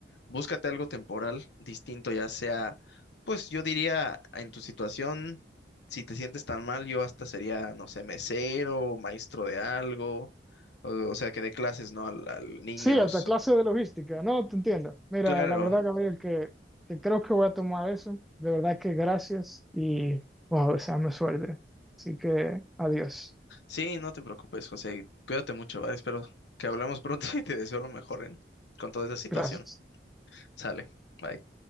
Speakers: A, on the left; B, in the centre.
A: búscate algo temporal distinto, ya sea, pues yo diría, en tu situación, si te sientes tan mal, yo hasta sería, no sé, mesero, maestro de algo, o, o sea, que dé clases, ¿no? Al, al niños.
B: Sí, hasta clase de logística. No, te entiendo. Mira,
A: Claro,
B: la verdad, Gabriel, que, que creo que voy a tomar eso. De verdad que gracias y wow, deseame suerte. Así que adiós.
A: sí, no te preocupes, José, y cuídate mucho, ¿vale? Espero que hablemos pronto <laughs> y te deseo lo mejor en, con toda esa situación.
B: Gracias.
A: Sale, bye.